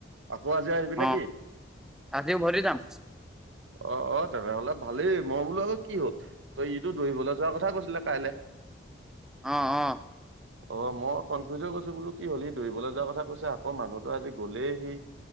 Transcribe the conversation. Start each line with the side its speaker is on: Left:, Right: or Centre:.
Right: আকৌ আজি আহিবি নেকি
Centre: অ' আজি উভতি যাম
Right: অ অ তেনেহলে ভালেই মই বোলো আকৌ কি হ'ল তই ইটো দৰিবলৈ যোৱা কথা কৈছিলে কাইলৈ
Centre: অহ অহ
Right: অ মই কনফিউজ হৈ গৈছো বোলো কি হ'ল দৌৰিবলৈ যোৱাৰ কথা কৈছে আকৌ মানুহতো আজি গ'লেইহি